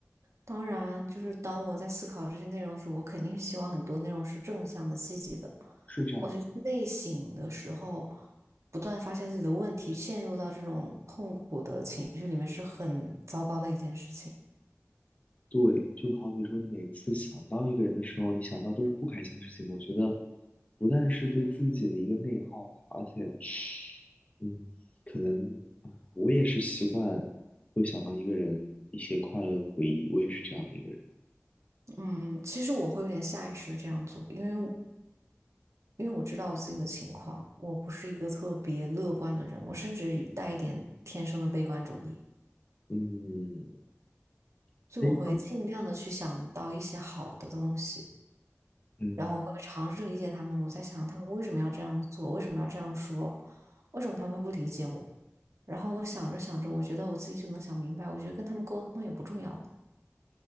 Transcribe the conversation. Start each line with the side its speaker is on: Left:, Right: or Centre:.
Right: 当然，就是当我在思考这些内容时，我肯定是希望很多内容是正向的、积极的。
Left: 是这样，
Right: 我觉得内省的时候，不断发现自己的问题，陷入到这种痛苦的情绪里面，是很糟糕的一件事情。
Left: 对，就好比说，你每次想到一个人的时候，你想到都是不开心的事情。我觉得，不但是对自己的一个内耗吧，而且，嗯，可能啊我也是习惯会想到一个人一些快乐的回忆，我也是这样的一个人。
Right: 嗯，其实我会有点下意识地这样做，因为因为我知道我自己的情况，我不是一个特别乐观的人，我甚至带一点天生的悲观主义，
Left: 嗯，
Right: 所以我会尽量的去想到一些好的东西。
Left: 哎，嗯，
Right: 然后会尝试理解他们。我在想，他们为什么要这样做？为什么要这样说？为什么他们会不理解我？然后我想着想着，我觉得我自己就能想明白，我觉得跟他们沟通也不重要了。